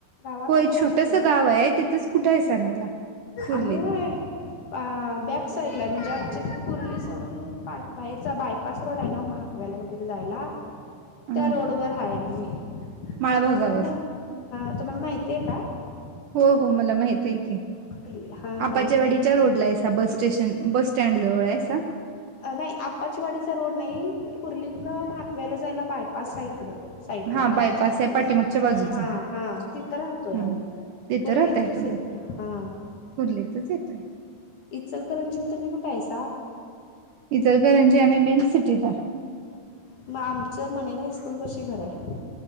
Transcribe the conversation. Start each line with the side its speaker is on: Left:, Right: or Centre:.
Left: गावात
Right: होय
Left: आम्ही
Right: छोटस
Left: राहतो.
Right: गाव आहे तिथंच कुठे आहे सरायला कुर्लीत
Left: आम्ही होय आ बॅक. साईड ला आहे, म्हणजे आमचे कुर्ली सोडून पा बाहेरचा बायपास रोड आहे, ना भाकव्याला वगैरे जायला.
Right: ह
Left: त्या रोड वर हाय आम्ही
Right: माळभागावर
Left: तुम्हाला माहती आहे का.
Right: हो हो मला माहित आहे की,
Left: कुर्ली हा
Right: आपच्या
Left: हा
Right: वाडीच्या रोडला आहे. बस स्टेशन बस स्टँड जवळ आहेसा.
Left: नाही आप्पाचीवाडीचा रोड नाही कुर्लीतन म्हहाकव्याला जायला बायपास आहे इकडं. साईड
Right: हा
Left: ला बाहेरच्या
Right: बायपास आहे पाठीमागच्या बाजूचा
Left: हा हा तिथं राहतोय
Right: हम्म
Left: आम्ही.
Right: तिथं
Left: कुर्लीतच
Right: राहताय तुम्ही
Left: येत हा.
Right: कुर्लीतच येतोय
Left: इचलकरंजीत तुम्ही कुठे आहेसा.
Right: इचलकरंजीत आम्ही मेन सिटीत आहे.
Left: मग आमचं मनरे हायस्कूल पशी घर आहे.